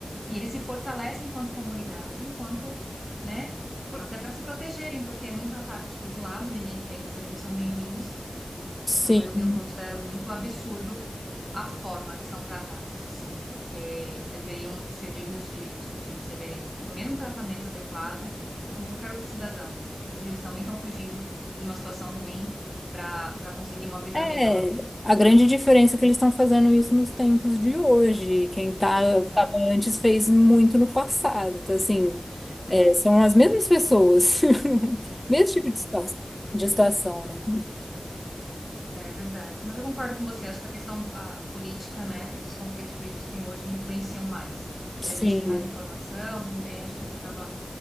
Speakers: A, in the centre; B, on the left.
A: E eles se fortalecem enquanto comunidade, enquanto, né, até para se protegerem, porque é muito ataque de todo lado, ninguém quer eles ali, não são bem-vindos.
B: Sim.
A: Então, eu, eu considero muito absurdo a forma que são tratados, assim, porque eles deveriam ser dignos de, de, de receberem o mesmo tratamento adequado como qualquer outro cidadão, entende? Eles também estão fugindo de uma situação ruim para para conseguir uma vida
B: É,
A: melhor.
B: a grande diferença é que eles estão fazendo isso nos tempos de hoje. Quem tá,
A: Exato,
B: tava antes fez muito no passado. Então, assim,
A: exato,
B: é, são as mesmas pessoas, <laughs> mesmo
A: exatamente.
B: tipo de situa- de situação, né?
A: É verdade. Mas eu concordo com você, acho que a questão a política, né, esses conflitos políticos que tem hoje influenciam mais. E
B: Sim.
A: a gente tem mais informação também, acho que isso acaba